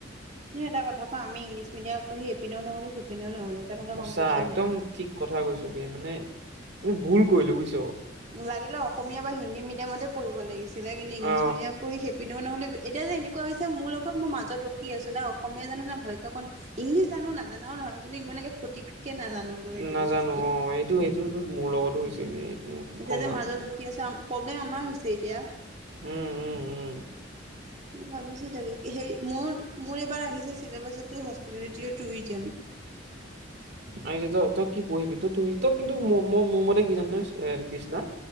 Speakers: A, on the right; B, on the right.
A: কিন্তু এটা কথা কও আমি ইংলিছ মিডিয়ামত পঢ়ি এপিনেও নহলো সেইপিনেও নহলো। এটা কথা
B: সঁচা
A: গম পাইছ
B: একদম
A: নাই।
B: ঠিক কথা কৈছ বে মানে আমি ভুল কৰিলো বুইচ।
A: লাগিলে অসমীয়া বা হিন্দী মিডিয়ামতে পঢ়িব লাগিছি ইংলিছ
B: অ
A: মিডিয়াম পঢ়ি সেপিনেও নহলে, এতি যে এনেকুৱা হৈছে মোৰ লগত মই মাজত ৰখি আছো না অসমীয়া ন' নাই ভালকে অকন ইংলিছ জানো নাজানাও নহয় কিন্তু ইমানকে ক্ষতিকে নাজানো গৈ এইটো
B: নাজানো
A: বস্তুটো।
B: অ এইটো এইটো মোৰ লগতো হৈছে বে। মই কি
A: এতিয়া
B: ক'ম
A: যে
B: আৰু
A: মাজত
B: মানে
A: ৰখি আছো প্ৰব্লেম আমাৰ হৈছে এতিয়া।
B: উম, উম, উম,
A: মই ভাবিছো তাকে হেৰি মোৰ-মোৰ এইবাৰ আহিছে চছিলিলেবাছতো হস্পিটেৰিটেও টুৰিজম
B: আহিছে তই তই কি পঢ়িবি তই তু তই কিন্তু মোৰ মতে কি জান নহয় এ কৃষ্ণা